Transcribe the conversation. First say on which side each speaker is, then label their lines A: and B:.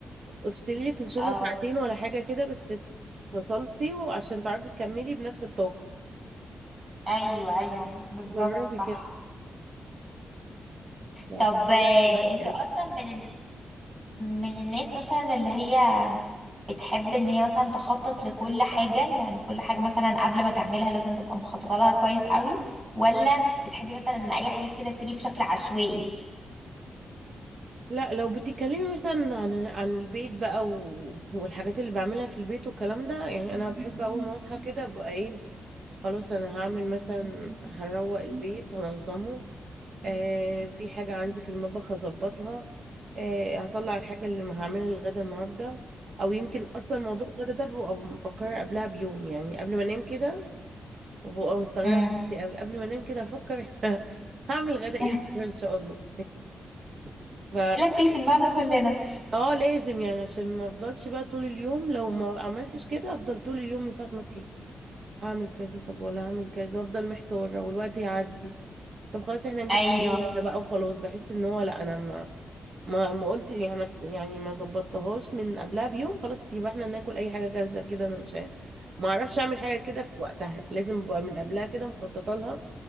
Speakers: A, on the right; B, on the right.
A: افصلي لك ان شاء
B: اه
A: الله ساعتين ولا حاجه كده بس فصلتي وعشان تعرفي تكملي بنفس الطاقه
B: ايوه ايوه بالظبط
A: جربي
B: صح
A: كده هتلاقي
B: طب
A: هيفرق
B: آه،
A: معاكي
B: انت اصلا
A: أوي
B: من من الناس مثلا اللي هي بتحب ان هي مثلا تخطط لكل حاجة يعني كل حاجة مثلا قبل ما تعملها لازم تبقى مخططة لها كويس قوي ولا بتحبي مثلا ان اي حاجة كده تيجي بشكل عشوائي
A: لا لو بتتكلمي مثلا عن عن البيت بقى و... والحاجات اللي بعملها في البيت والكلام ده يعني انا بحب اول ما اصحى كده ابقى ايه خلاص انا هعمل مثلا هروق البيت هنظمه آه في حاجة عندي في المطبخ هظبطها آه هطلع الحاجة اللي ما هعملها الغدا النهاردة او يمكن اصلا موضوع الغدا ده ببقى بفكر قبلها بيوم يعني قبل ما انام كده وببقى مستغربة
B: امم
A: نفسي أوي. قبل ما انام كده افكر <laughs> هعمل غدا ايه
B: <laughs>
A: بكره ان شاء الله <laughs> ف
B: اللي بتيجي في دماغنا كلنا
A: اه لازم يعني عشان ما افضلش بقى طول اليوم لو ما عملتش كده افضل طول اليوم من ساعة ما صحيت هعمل كذا طب ولا هعمل كذا وافضل محتارة والوقت يعدي طب خلاص احنا هنجيب
B: ايوه
A: حاجة جديدة بقى وخلاص بحس ان هو لا انا ما ما ما قلت يعني ما است- يعني ما ظبطتهاش من قبلها بيوم خلاص يبقى احنا ناكل اي حاجة جاهزة كده انا مش عارف- ما اعرفش اعمل حاجة كده في وقتها لازم ابقى من قبلها كده مخططة لها